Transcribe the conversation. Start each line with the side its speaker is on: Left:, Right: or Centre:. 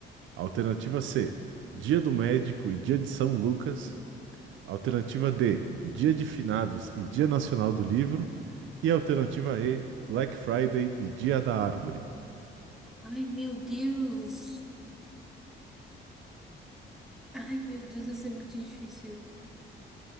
Right: Alternativa C: Dia do Médico e Dia de São Lucas. Alternativa D: Dia de Finados e Dia Nacional do Livro. E alternativa E: Black Friday e Dia da Árvore.
Centre: Ai, meu Deus. Ai, meu Deus, isso é muito difícil.